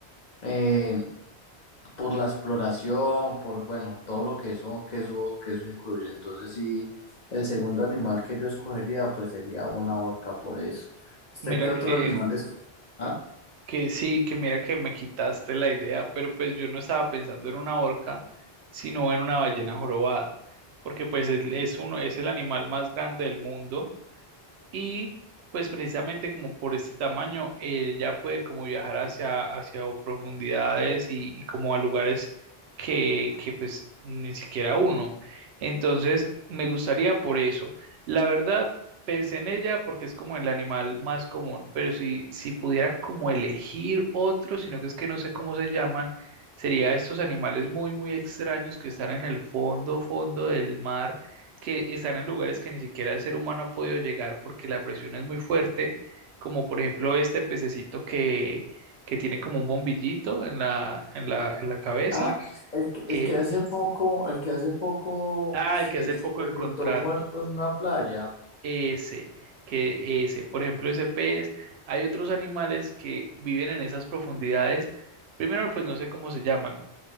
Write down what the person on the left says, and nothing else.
Eh, por la exploración, por, bueno, todo lo que eso, que eso, que eso incluye. Entonces, sí, el segundo animal que yo escogería, pues sería una orca por eso. ¿Usted
qué
otro animal es? ¿Ah?
Ah, el que,
el que hace poco, el que hace poco
eh,
resultó
muerto en una playa,